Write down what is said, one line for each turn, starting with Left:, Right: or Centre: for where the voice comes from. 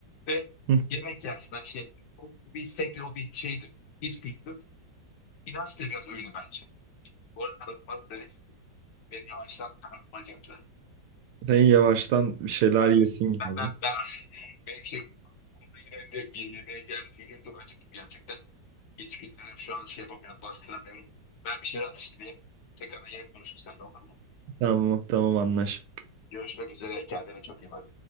Left: ve
Right: hı.
Left: yemek yersin. Hani şey o bir istektir, o bir şeydir. İçgüdüdür. İnanç da biraz öyle bence. Bu arada karım bana dedi ki benim yavaştan karnım acıktı.
Right: Sen yavaştan bir şeyler
Left: Ben,
Right: yesin gibi.
Left: ben, ben, ben <laughs> benim şey yine direkt bir yemeğe geldi. Çünkü çok acıktım gerçekten. İçgüdülerim şu an şey yapamıyorum, bastıramıyorum. Ben bir şeyler atıştırayım. Tekrardan yine konuşuruz seninle olur mu?
Right: Tamam tamam anlaştık.
Left: Görüşmek üzere. Kendine çok iyi bak.